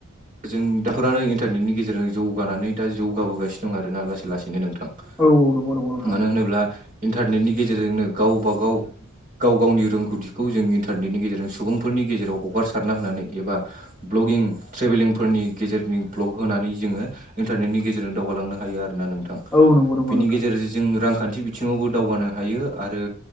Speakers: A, on the right (about 40°); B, in the centre.
A: दा जों दाफोरानो इन्टारनेटनि गेजेरजों जौगानानै दा जौगाबोगासिनो दं आरोना लासै लासै बेनो नोंथां
B: औ नंगौ नंगौ नोंथां
A: मानो होनोब्ला इन्टारनेटनि गेजेरजोंनो गावबा गाव गाव गावनि रोंगौथिखौ जों इन्टारनेटनि गेजेरजों सुबुंफोरनि गेजेराव हगारसारना होनानै एबा ब्लगिं ट्रेभेलिंफोरनि गेजेरनि भ्लग होनानै जोङो इन्टारनेटनि गेजेरजों दावगालांनो हायो आरो ना नोंथां।
B: औ नंगौ नंगौ
A: बेनि
B: नोंथां
A: गेजेरजों जों रांखान्थि बिथिङावबो दावगानो हायो आरो।